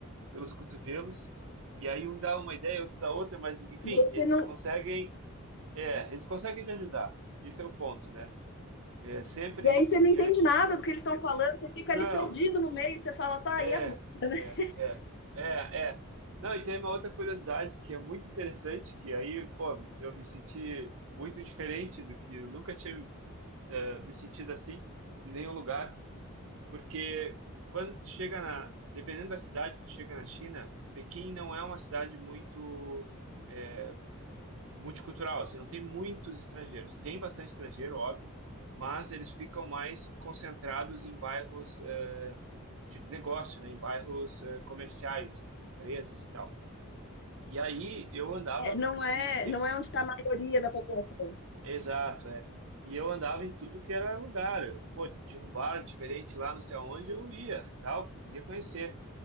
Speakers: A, on the right; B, on the left.
A: pelos cotovelos, e aí um dá uma ideia, outro dá outra, mas enfim,
B: E aí você
A: eles
B: não,
A: conseguem, é, eles conseguem te ajudar. Esse é o ponto, né? É, sempre
B: E aí você não
A: querem
B: entende
A: te
B: nada
A: ajudar.
B: do que eles estão falando, você fica
A: Não,
B: ali perdido no meio, você fala, tá,
A: é,
B: e agora, né?
A: é, é, é, é. Não, e tem uma outra curiosidade que é muito interessante, que aí, pô, eu me senti muito diferente do que eu nunca tinha eh, me sentido assim em nenhum lugar, porque quando tu chega na, dependendo da cidade que tu chega na China, Pequim não é uma cidade muito eh, multicultural, assim, não tem muitos estrangeiros. Tem bastante estrangeiro, óbvio, mas eles ficam mais concentrados em bairros eh, de negócio, né, em bairros eh, comerciais, assim, empresas e tal. E aí eu andava
B: É, Não
A: por
B: é,
A: tudo que
B: não é onde está a maioria da população.
A: Exato, é. E eu andava em tudo que era lugar. Eu, Pô, tinha um bar diferente lá, não sei aonde, eu ia e tal, porque eu queria conhecer.